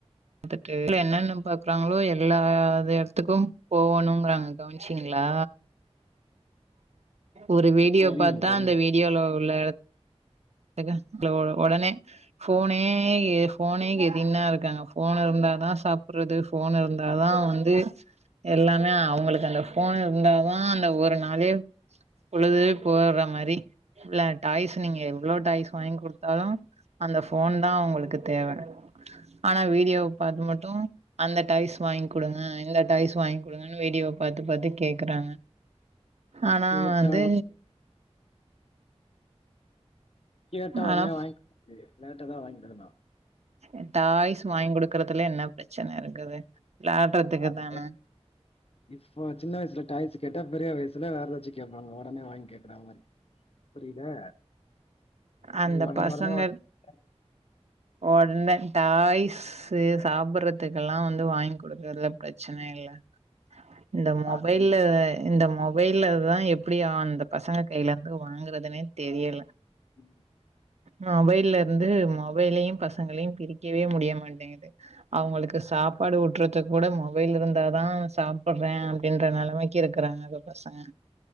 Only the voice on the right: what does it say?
துட்டு <inaudible> என்னென்ன பாக் குறாங்களோ எல்லா இது த்துக்கும் போவுணுங்கறாங்க கவனிச்சீங்களா ஒரு வீடியோ
பாத்தா
அந்த வீடியோல உள்ள தேக இல்ல ஒ ஒடனே ஃபோனே ஃபோனே கெதின்னா இருக்காங்க ஃபோன் இருந்தாதா சாப்புட்றது ஃபோன் இருந்தா தான் வந்து எல்லாமே அவங்களுக்கு அந்த ஃபோன் இருந்தாதா அந்த ஒரு நாளே பொழுது போற மாரி வில்லான் டாய்ஸ் நீங்கவு எவ்வளோ டாய்ஸ் வாங்கி குடுத்தாலும் அந்த ஃபோன் தா அவங்களுக்கு தேவ ஆனா வீடியோ பாத்து மட்டு அந்த டாய்ஸ் வாங்கி குடுங்க இந்த டாய்ஸ் வாங்கி குடுங்கன்னு வீடியோ பாத்து பாத்து கேக்குறாங்க ஆனா
வந்து
ஆனா
அ டாய்ஸு வாங்கி குடுக்குற அதுல என்ன பிரச்சன இருக்குது விளாடுறதுக்கு
தான
அந்த
பசங்க
ஒடனே டாய்ஸ்ஸு சாப்புட்ற த்துக்கெல்லா வந்து வாங்கி குடுக்கறதுல பிரச்சன இல்ல இந்த மொபைல்ல
இந்த மொபைல்லதா எப்புடியா அந்த பசங்க கையிலந்து வாங்குறதுனே தெரியல
மொபைல்ல இருந்து மொப் மொபைலையும் பசங்களையும் பிரிக்கவே முடிய மாட்டேங்குது அவங்களுக்கு சாப்பாடு ஊட்றதுக் கூட மொபைல் இருந்தாதா சாப்புட்றேன் அப்புடின்ற நெலமைக்கி இருக்குறாங்க இப்ப பசங்க